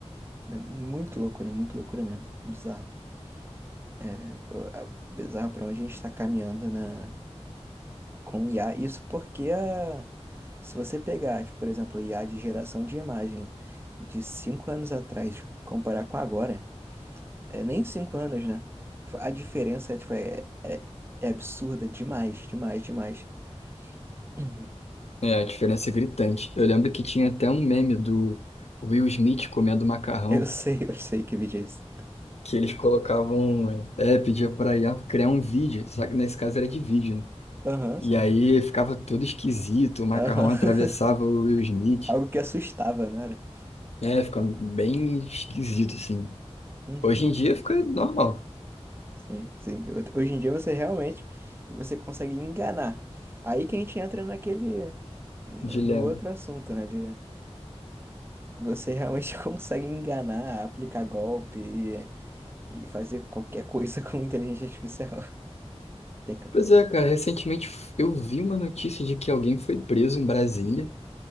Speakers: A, on the right; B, on the left.
A: é muito loucura, muito loucura mesmo. Bizarro. É, pô, é bizarro para onde a gente está caminhando na, com IA. Isso porque a, se você pegar, tipo, por exemplo, IA de geração de imagem de cinco anos atrás, comparar com agora, é nem cinco anos, né? Tipo, a diferença é, tipo, é, é, é absurda demais, demais, demais. <clears throat> Uhum.
B: É, a diferença é gritante. Eu lembro que tinha até um meme do Will Smith comendo macarrão,
A: Eu sei, eu sei que vídeo é esse.
B: que eles colocavam, é, pedia pra IA criar um vídeo, só que nesse caso era de vídeo, né?
A: Aham,
B: E
A: sim.
B: aí ficava todo esquisito, o macarrão
A: Aham.
B: atravessava
A: <laughs>
B: o Will Smith.
A: Algo que assustava, não era?
B: É, fica bem esquisito, assim.
A: Uhum.
B: Hoje em dia fica normal,
A: Sim, sim. Hoje em dia você realmente e você consegue enganar. Aí que a gente entra naquele no
B: dilema.
A: outro assunto, né? De você realmente <laughs> consegue enganar, aplicar golpe e, e fazer qualquer coisa <laughs> com inteligência artificial. Tem que-
B: Pois é, cara, recentemente eu vi uma notícia de que alguém foi preso em Brasília